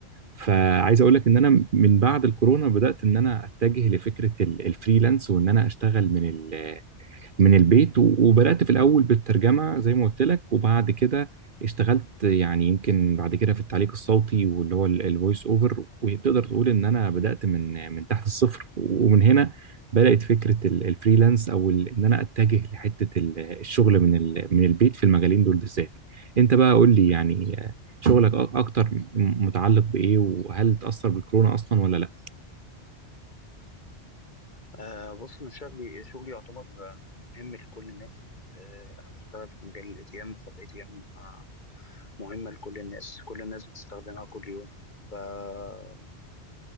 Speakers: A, on the right (about 50°); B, on the left (about 45°).
A: فعايز اقول لك ان انا من بعد الكورونا بدأت ان انا اتجه لفكرة ال- الفريلانس وان انا اشتغل من ال... من البيت و- وبدأت في الأول بالترجمة زي ما قلت لك وبعد كده اشتغلت يعني يمكن بعد كده في التعليق الصوتي واللي هو الفويس اوفر وتقدر تقول ان انا بدأت من من تحت الصفر ومن هنا بدأت فكرة ال- الفريلانس او ال- ان انا اتجه لحتة ال- الشغل من ال- من البيت في المجالين دول بالذات انت بقى قول لي يعني آه، شغلك أ- اكتر م- متعلق بإيه وهل تأثر بالكورونا اصلا ولا لا
B: آه بص انا شغلي شغلي يعتبر آه، مهم لكل الناس آه انا بشتغل في مجال الاي تي ام فالاي تي ام مهمه لكل الناس كل الناس بتستخدمها كل يوم ف آه،